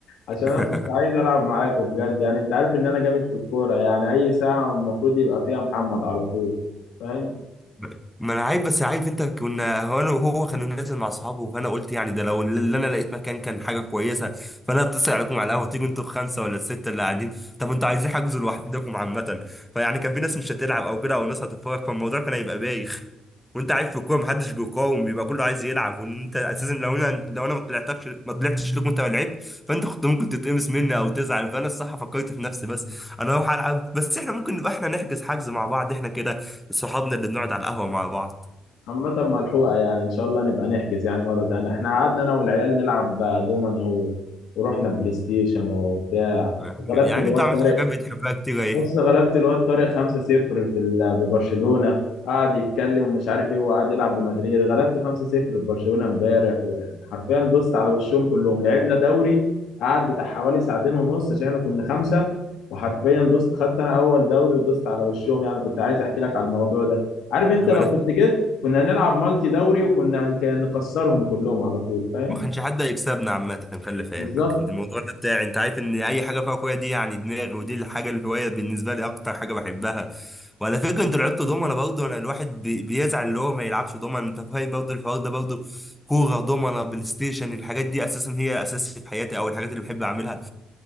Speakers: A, on the left; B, in the centre.
A: عشان
B: <laughs>
A: انا كنت عايز العب معاكوا بجد يعني انت عارف ان انا جامد في الكوره يعني اي ساعه المفروض يبقى فيها محمد على طول فاهم؟
B: ب- ما انا عارف بس عارف انت كنا هو انا وهو كانوا نازل مع اصحابه فانا قلت يعني ده لو اللي انا لقيت مكان كان حاجه كويسه فانا اتصل عليكم على القهوه تيجوا انتوا الخمسه ولا السته اللي قاعدين طب انتوا عايزين حجزوا لوحدكم عامه فيعني كان في ناس مش هتلعب او كده او ناس هتتفرج فالموضوع كان هيبقى بايخ وانت عارف في الكوره محدش بيقاوم بيبقى كله عايز يلعب وان انت اساسا لو انا لو انا ما طلعتكش ما طلعتش لكم انت ما لعبت فانت كنت ممكن تتقمص مني او تزعل فانا الصراحه فكرت في نفسي بس انا اروح العب بس احنا ممكن نبقى احنا نحجز حجز مع بعض احنا كده صحابنا اللي بنقعد على القهوة مع بعض
A: عامة ملحوقه يعني ان شاء الله نبقى نحجز يعني مره تانية احنا قعدنا انا والعيال نلعب دومنا و... ورحنا بلاي ستيشن وبتاع
B: <laughs>
A: وغلبت
B: يعني
A: الواد
B: انت عملت
A: طارق
B: حاجات بتحبها كتير ايه
A: بص غلبت الواد طارق 5-0 في ال- ببرشلونة قعد يتكلم ومش عارف ايه وقعد يلعب بمدريد غلبته 5-0 في برشلونة امبارح ويعني حرفيا دوست على وشهم كلهم لعبنا دوري قعد بتاع حوالي ساعتين ونص عشان احنا كنا خمسة وحرفيا دوست خدت انا اول دوري ودوست على وشهم يعني كنت عايز احكي لك على الموضوع ده عارف انت
B: لما
A: لو
B: انا
A: كنت جيت كنا هنلعب مالتي دوري وكنا هن- كان نكسرهم كلهم على طول فاهم
B: ما كانش حد هيكسبنا عامة خلي في
A: بالظبط
B: علمك الموضوع ده بتاعي انت عارف ان اي حاجة فيها كورة دي يعني دماغي ودي الحاجة الهواية بالنسبة لي اكتر حاجة بحبها وعلى فكرة انتوا لعبتوا دومنا برضه انا الواحد بي- بيزعل اللي هو ما يلعبش دومنا انت فاهم برضه الحوار ده برضه كورة دومنا بلاي ستيشن الحاجات دي اساسا هي اساسي في حياتي او الحاجات اللي بحب اعملها